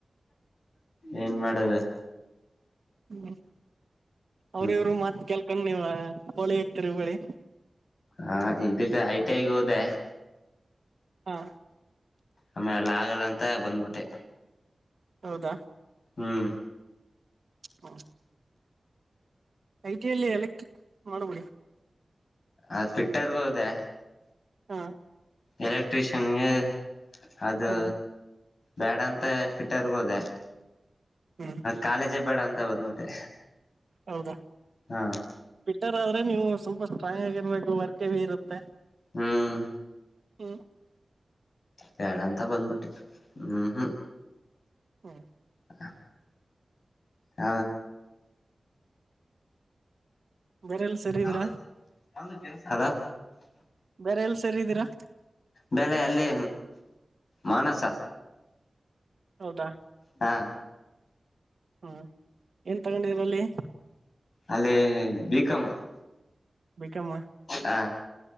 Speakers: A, on the left; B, on the right.
A: ಏನ್ ಮಾಡದ
B: ಹ್ಮ್
A: ಹ್ಮ್
B: ಅವ್ರ ಇವ್ರು ಮತ್ ಕೆಲ್ಕೊಂಡ್ ನೀವ ಹೋಳಿ ಇಕ್ತರಿ ಇಳಿ
A: ಹಾ ಇದಕ್ಕೆ ಐ ಟಿ ಐಗ್ ಹೋದೆ
B: ಹಾ
A: ಆಮೇ ಎಲ್ಲ ಆಗಲ್ಲ ಅಂತ ಬಂದ್ಬಿಟ್ಟೆ
B: ಹೌದಾ
A: ಹ್ಮ್
B: ಹ ಐ ಟಿಿಯಲ್ಲಿ ಎಕ್ ಮಾಡಬಿಡಿ
A: ಅ ಫಿಟ್ಟರ್ಗ ಹೋದೆ
B: ಹಾ
A: ಎಲೆಕ್ಟ್ರಿಷಿಯನ್ಗೆ ಅದು
B: ಹ್ಮ್
A: ಬ್ಯಾಡ ಅಂತ ಫಿಟ್ರ್ ಆರ್ಗೋದ
B: ಹ್ಮ್
A: ಕಾಲೇಜೆ ಬೇಡ ಅಂತ ಬಂದ್ಬಿಟೆ
B: ಹೌದಾ
A: ಹಾ
B: ಫಿಟ್ಟರ್ ಆದ್ರೆ ನೀವು ಸ್ವಲ್ಪ ಸ್ಟ್ರಾಂಗ್ ಆಗಿರ್ಬೇಕು ವರ್ಕ್ವಿ ಇರುತ್ತೆ
A: ಹ್ಮ್
B: ಹ
A: ಬೇಡ ಅಂತ ಬಂದ್ಬಿಟ್ಟೆ ಹ್ಮ್ ಹ್ಮ್
B: ಹಾ
A: ಹ ಹ
B: ಬೇರೆ ಸೇರಿದೀರಾ
A: ಯಾವುದು ಯಾವ ಕೆಲಸ ಆಗ್ಲಿಲ್ಲ
B: ಬೇರೆ ಎಲ್ಲ ಸೇರಿದ್ದೀರಾ
A: ಬೆಲೆ ಅಲ್ಲಿ ಮಾನಸ
B: ಹೌದಾ
A: ಹಾ
B: ಹಾ ಏನ್ ತಗೊಂಡಿದೀರ ಅಲ್ಲಿ
A: ಅಲ್ಲಿೇ ಬಿಕಾಮ
B: ಬಿ ಕಮ್ಮ
A: ಹಾ